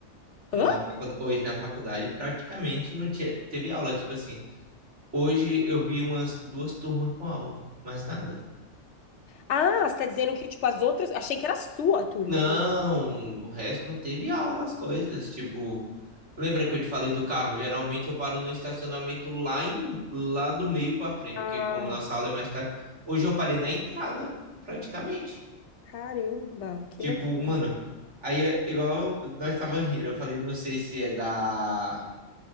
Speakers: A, on the right; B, on the left.
A: na
B: Hã?
A: faculdade. Hoje na faculdade praticamente não tinha, teve aula. Tipo assim, hoje eu vi umas duas turmas com aula, mas nada.
B: Ah, você tá dizendo que, tipo, as outras. Achei que era a sua turma
A: Não,
B: que não.
A: o resto não teve aula, as coisas. Tipo, lembra que eu te falei do carro? Geralmente eu paro no estacionamento lá, em, lá do meio pra frente,
B: Ah,
A: porque como nossa aula é mais tarde, hoje eu parei na entrada, praticamente.
B: caramba, que
A: Tipo,
B: loucura.
A: mano, aí é igual nós tava rindo, eu falei, não sei se é da,